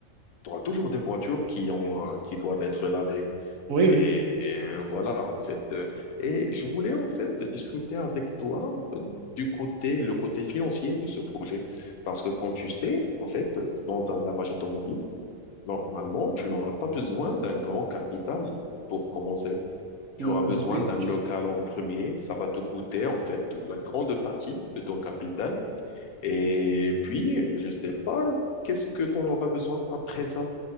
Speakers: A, on the left; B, on the right.
A: t'auras toujours des voitures qui ont, euh, qui doivent être lavées.
B: Oui, oui,
A: Et euh, voilà, en fait. Euh, Et je voulais en fait discuter avec toi euh, du côté, le côté financier de ce projet. Parce que comme tu sais, en fait, dans un lavage automobile, normalement, tu n'auras pas besoin d'un grand capital pour commencer. Tu
B: Mm,
A: auras besoin
B: oui.
A: d'un local en premier. Ça va te coûter, en fait, la grande partie de ton capital. Et puis, je sais pas, qu'est-ce que tu en auras besoin après ça?